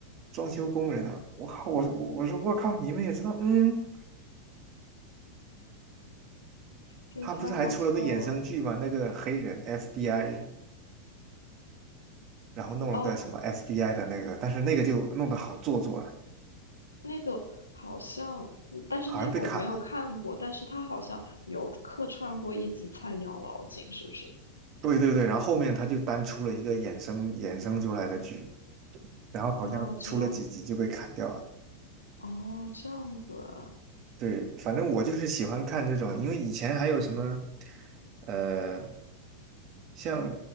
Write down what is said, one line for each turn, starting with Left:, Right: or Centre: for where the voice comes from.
Right: 装修工人啊！我靠，我我我说我靠，你们也知道，嗯，
Left: 这也太好笑了。
Right: 他不是还出了个衍生剧嘛，那个黑人 FBI。然后弄了个什么
Left: 哦，
Right: FBI 的那个，但是那个就弄得好做作，啊。
Left: 那个好像，嗯但是那个我没有看过，
Right: 好像被砍了。
Left: 但是他好像有客串过一集《菜鸟老警》，是不是？
Right: 对对对，然后后面他就单出了一个衍生衍生出来的剧，然后好像出了几集就被砍掉了。
Left: 哦，这样，哦，这样子啊
Right: 对，反正我就是喜欢看这种，因为以前还有什么，呃，像